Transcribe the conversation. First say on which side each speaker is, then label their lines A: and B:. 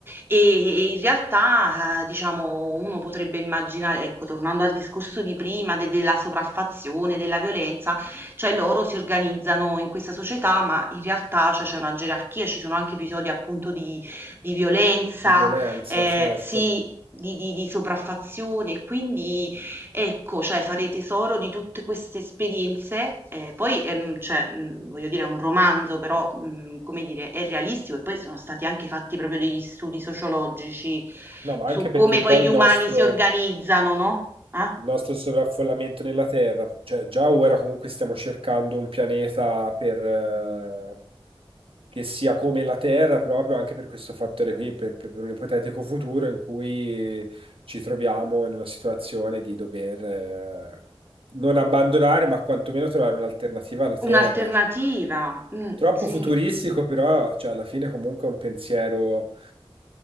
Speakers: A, on the right (about 25°); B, on the right (about 70°).
A: e, e in realtà, eh, diciamo, uno potrebbe immaginare, ecco, tornando al discorso di prima, de- della sopraffazione, della violenza, cioè loro si organizzano in questa società, ma in realtà, cioè, c'è una gerarchia, ci sono anche episodi appunto di, di violenza,
B: di violenza,
A: eh,
B: certo.
A: sì, di, di, di sopraffazione, quindi Ecco, cioè fare tesoro di tutte queste esperienze, ehm, poi, ehm, cioè, mhmm, voglio dire è un romanzo però, mhmm, come dire, è realistico e poi sono stati anche fatti proprio degli studi sociologici
B: No, ma
A: su
B: anche
A: come
B: perché
A: poi
B: poi
A: gli
B: il
A: umani
B: nostro,
A: si organizzano, no, ah,
B: il nostro sovraffollamento nella Terra. Cioè, già ora comunque stiamo cercando un pianeta per, eh, che sia come la Terra, proprio anche per questo fattore qui, per, per- per un ipotetico futuro in cui ci troviamo in una situazione di dover, eh, non abbandonare, ma quantomeno trovare un'alternativa alla Terra.
A: un'alternativa. Mh,
B: Troppo
A: sì.
B: futuristico, però, cioè, alla fine comunque è un pensiero